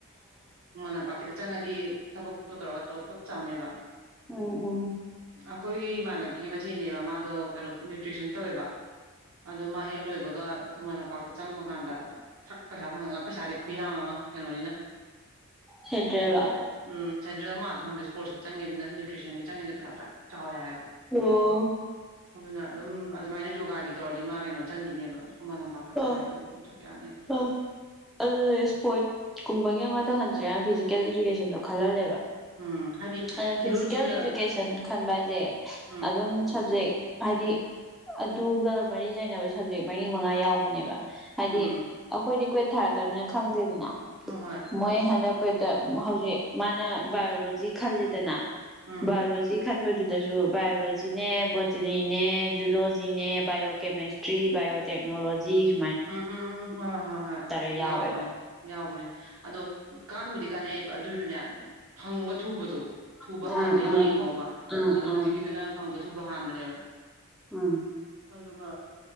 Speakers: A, on the right (about 65°); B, in the centre.
A: ꯕꯃ ꯂꯝꯄꯥꯛ ꯆ ꯗꯤ ꯊꯕꯛꯇꯣ ꯇꯧꯔꯒ ꯄꯣꯠ ꯆꯥꯎꯅꯦꯕ
B: ꯑꯣꯝ ꯎꯝ
A: ꯑꯩꯈꯣꯏꯒꯤ ꯏꯃꯥꯟꯅꯕꯤꯒꯤ ꯃꯆꯦꯅꯦꯕ ꯃꯥꯗꯣ ꯀꯩꯅꯣ ꯅ꯭ꯌꯨꯇ꯭ꯔꯤꯁꯟ ꯇꯧꯋꯦꯕ ꯑꯗꯨ ꯃꯥ ꯍꯦꯛ ꯂꯣꯏꯕꯒ ꯈꯨꯃꯟ ꯂꯝꯄꯥꯛꯇ ꯆꯪꯕ ꯀꯥꯟꯗ ꯊꯛ ꯄꯩꯁꯥ ꯐꯪꯉꯒ ꯄꯩꯁꯥꯗ ꯈꯨꯌꯥ ꯑꯃ ꯀꯩꯅꯣꯅꯤꯅ
B: ꯁꯦꯟꯇ꯭ꯔꯦꯜꯂꯣ
A: ꯑꯣꯗ ꯎꯝ ꯁꯦꯟꯇꯦꯜꯜꯂꯦꯪꯗ ꯁꯄꯣꯔꯠꯁꯤ ꯆꯪꯈꯤꯕꯅ ꯅ꯭ꯌꯇ꯭ꯔꯤꯁꯟꯒꯤ ꯆꯪꯁꯤꯅ ꯄꯁꯥꯥꯛ ꯆꯥꯎꯋ ꯍꯥꯏꯕ
B: ꯑꯣ
A: ꯑꯗꯨꯅ ꯑꯗꯨꯝ ꯑꯗꯨꯃꯥꯏꯅ ꯌꯣꯒꯥꯒꯤ ꯇꯧꯔꯗꯤ ꯃꯥ ꯀꯩꯅꯣ ꯆꯪꯈꯤꯅꯦꯕ ꯈꯨꯃꯟ ꯂꯝꯄꯥꯛꯇ ꯆꯪꯉꯗꯤ
B: ꯑ
A: ꯑꯗꯨꯝ ꯊꯛ ꯌꯥꯅꯦꯕ
B: ꯑ ꯑꯗꯨ ꯁꯄꯣ ꯀꯨꯝꯕꯒ ꯃꯥ ꯍꯟꯖꯤꯔꯦ ꯐꯤꯖꯤꯀꯦꯜ ꯏꯖꯀꯦꯟꯣꯜꯍꯜꯂꯦꯕ
A: ꯎꯝ ꯍꯥꯏꯗꯤ
B: ꯑꯗꯣ
A: ꯖꯨꯂꯣꯖꯤꯒ
B: ꯐꯤꯖꯤꯀꯦꯜ ꯏꯗꯨꯀꯦꯁꯟ ꯈꯟꯕ ꯍꯥꯏꯁꯦ
A: ꯎꯝ
B: ꯑꯗꯨꯝ ꯁꯕꯖꯦꯛ ꯍꯥꯏꯗꯤ ꯑꯗꯨꯒ ꯃꯔꯤ ꯂꯩꯅꯕ ꯁꯕꯖꯦꯛ ꯃꯔꯤ ꯃꯉꯥ ꯌꯥꯎ ꯅꯦꯕ ꯍꯥꯏꯗꯤ
A: ꯎꯝ
B: ꯑꯩꯈꯣꯏꯗꯤꯀꯋ ꯊꯥꯔꯛꯇꯕꯅꯤꯅ ꯈꯪꯗꯦꯗꯅ
A: ꯍꯣꯏ ꯍꯣꯏ
B: ꯃꯣꯏꯍꯗ ꯑꯩ ꯍꯧꯖꯤꯛ ꯃꯥꯅ ꯕꯥꯏꯑꯣꯂꯣꯖꯤ ꯈꯜꯂꯤꯗꯅ
A: ꯎꯝ
B: ꯂꯣꯖꯤ ꯈꯟꯕꯗꯨꯗꯁꯨ ꯕꯥꯏꯑꯣꯂꯣꯖꯤꯅꯦ ꯕꯣꯇꯅꯤꯅꯦ ꯖꯨꯂꯣꯖꯤꯅꯦ ꯕꯥꯏꯑꯣ ꯀꯦꯃꯦꯁꯇ꯭ꯔꯤ ꯕꯥꯏꯑꯣ ꯇꯦꯛꯅꯣꯂꯣꯖꯤ ꯖꯤ
A: ꯎꯝ ꯎꯝ ꯎꯝ ꯎꯝ ꯎ ꯍꯣꯏ ꯍꯣꯏ
B: ꯌꯥꯎꯋꯦꯕ
A: ꯌꯥꯎꯕꯅꯦ ꯌꯥꯎꯕꯅꯦ ꯑꯗꯣ ꯀꯥꯟꯕꯨꯗꯤ ꯀꯥꯟꯅꯩ ꯑꯗꯨꯁꯨꯅꯦ ꯐꯪꯕ ꯊꯨꯕꯗꯣ ꯊꯨꯕ
B: ꯎꯝ
A: ꯍꯥꯟꯕ
B: ꯎꯝ
A: ꯌꯦꯡꯉꯣꯕ
B: ꯎꯝ
A: ꯑꯗꯣ
B: ꯎꯝ
A: ꯍꯧꯖꯤꯛꯀꯤꯗꯨꯅ ꯐꯪꯕ ꯊꯨꯕ ꯍꯥꯟꯕꯅꯦꯕ
B: ꯑꯥ꯫
A: ꯑꯗꯨꯒ